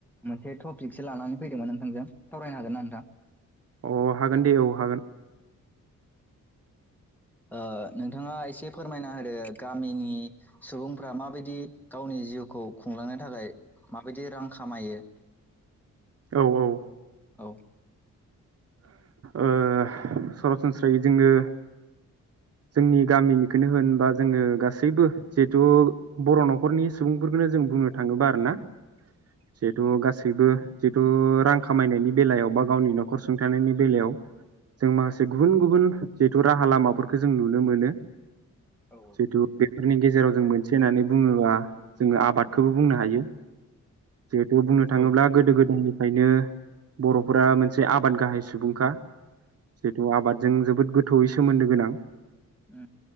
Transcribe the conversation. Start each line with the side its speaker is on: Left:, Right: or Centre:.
Centre: मोनसे टपिकसो लानानै फैदोंमोन नोंथांजों सावरायनो हागोन ना नोंथां?
Right: अ हागोन दे औ हागोन।
Centre: ओ नोंथाङा एसे फोरमायना होदो गामिनि सुबुंफ्रा माबायदि गावनि जिउखौ खुंलांनो थाखाय माबायदि रां खामायो।
Right: औ औ
Centre: औ
Right: ओ सरासनस्रायै जोङो जोंनि गामिनिखौनो होनबा जोङो गासैबो जिहेथु बर' न'खरनि सुबुंफोरखौनो जों बुंनो थाङोबा आरो ना? जिहेथु
Centre: औ
Right: गासैबो जिथु रां खामायनायनि बेलायावबा गावनि न' सुं थानायनि बेलायाव जों माखासे गुबुन गुबुन जिहेथु राहा लामाफोरखौ जों नुनो मोनो।
Centre: औ
Right: जितु बेफोरनि गेजेराव जों मोनसे से होननानै बुङोब्ला जोङो आबादखौबो बुंनो हायो। जिहेतथु बुंनो थाङोब्ला
Centre: औ
Right: गोदो गोदायनि ओंखायनो बर'फोरा मोनसे आबाद गाहाय सुबुंखा जिहेथु आबादजों जोबोद गोथौयै सोमोन्दो गोनां
Centre: औ